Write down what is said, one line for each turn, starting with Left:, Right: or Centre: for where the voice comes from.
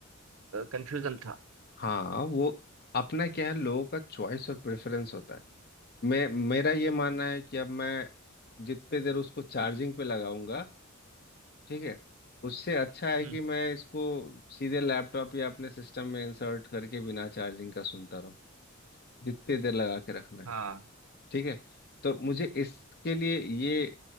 Right: कंफ्यूजन था
Left: हाँ वो अपना क्या है लोगों का चॉइस और प्रेफरेंस होता है मैं मेरा ये मानना है कि अब मैं जितने देर उसको चार्जिंग पे लगाऊंगा ठीक है उससे अच्छा है
Right: हम्म
Left: कि मैं इसको सीधे लैपटॉप या अपने सिस्टम में इंसर्ट करके बिना चार्जिंग का सुनता रहूँ जितनी देर लगा के रखना है
Right: हाँ
Left: ठीक है तो मुझे इसके लिए ये